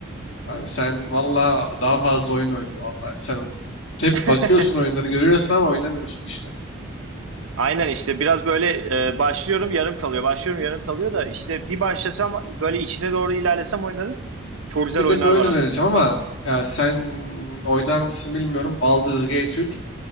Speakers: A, on the left; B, on the right.
A: Abi sen valla daha fazla oyun oyna valla. Sen hep
B: <laughs>
A: bakıyorsun oyunları görüyorsun ama oynamıyorsun işte.
B: Aynen işte biraz böyle e, başlıyorum yarım kalıyor. Başlıyorum yarım kalıyor da işte bir başlasam böyle içine doğru ilerlesem oyunların çok güzel
A: Bir
B: oyunlar
A: de bir oyun
B: var
A: önereceğim
B: aslında.
A: ama ya sen oynar mısın bilmiyorum. Baldur's Gate 3